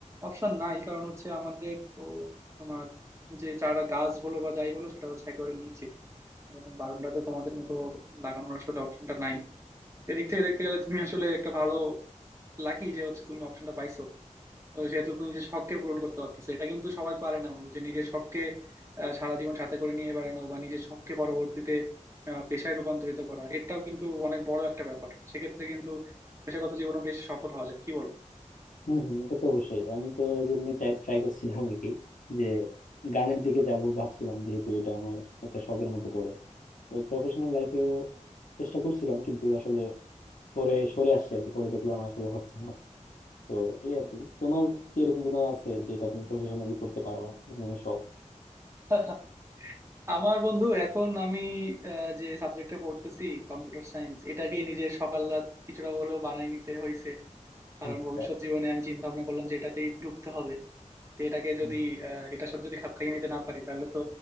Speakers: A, on the right; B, on the left.
A: অপশন নাই কারণ হচ্ছে আমাদের ও তোমার যে চারা গাছ বলো বা যাই বলো সেটা হচ্ছে একেবারে নিচে এরকম বারান্দাতে তোমাদের মতো লাগানোর আসলে অপশনটা নাই এদিক থেকে দেখতে গেলে তুমি আসলে একটা ভালো লাকি যে হচ্ছে তুমি অপশনটা পাইছো তো সেহেতু তুমি নিজের শখকে পূরণ করতে পারতেছো এটা কিন্তু সবাই পারে না বন্ধু যে নিজের শখকে আহ, সারা জীবন সাথে করে নিয়ে বেড়ানো বা নিজের শখকে পরবর্তীতে আহ, পেশায় রূপান্তরিত করা এটাও কিন্তু অনেক বড় একটা ব্যাপার সেক্ষেত্রে কিন্তু পেশাগত জীবনও বেশ সফল হওয়া যায় কি বল
B: হম হম ওটা তো অবশ্যই আমি তো এই জন্যই চাই ট্রাই করছিলাম আর কি যে গানের দিকে যাব ভাবছিলাম যেহেতু এটা আমার একটা শখের মধ্যে পড়ে তো প্রফেশনাল লাইফেও চেষ্টা করছিলাম কিন্তু আসলে পরে সরে আসছে আর কি পরে দেখলাম আসলে হচ্ছে না তো এই আর কি তোমার কি এরকম কোনো আছে যেটা তুমি প্রফেশনালি করতে পারবা এরকম কোনো শখ
A: <laughs> আমার বন্ধু এখন আমি আহ, যে সাবজেক্টে পড়তেছি কম্পিউটার সায়েন্স এটাকেই নিজের সকাল রাত কিছুটা হলেও বানাই নিতে হয়েছে কারণ
B: আচ্ছা।
A: ভবিষ্যৎ জীবনে আমি চিন্তা ভাবনা করলাম যে এটাতেই ঢুকতে হবে তো এটাকে
B: হুম,
A: যদি আহ, এটার সাথে যদি খাপ খাইয়ে নিতে না পারি তাহলে তো